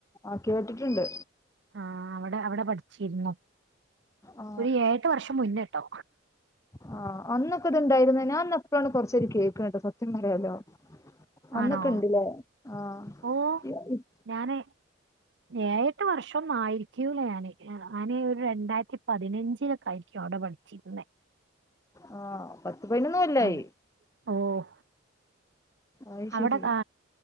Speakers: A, on the left; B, on the right.
A: ആ കേട്ടിട്ടുണ്ട്
B: ആ അവിടെ അവിടെ പഠിച്ചിരുന്നു
A: ആ
B: ഒരു എഴ്ഏട്ട് വർഷം മുന്നട്ടോ
A: ആ അന്നൊക്കെ ഇത് ഇണ്ടായിരുന്ന ഞാൻ ഇപ്പോഴാണ് കൊറച്ചേര് കേൾക്കട്ടോ സത്യം പറാലോ അന്നൊക്കെ
B: ആണോ
A: ഇണ്ട്ല്ലേ ആ
B: ഓ
A: ഇ- ഇ-
B: ഞനെ ഏഴെട്ട് വർഷം ഇപ്പം ആയിരിക്കൂല ഞാന് ആന ഒരു രണ്ടായിരത്തി പതിനഞ്ചിലൊക്കെ ആയിരിക്കും അവിടെ പഠിച്ചിരുന്നേ
A: ആ പത്ത് പയിനൊന്നു കൊല്ലായി
B: ആഹ് ഓഹ്
A: അയ് ശരി
B: അവടെ ആ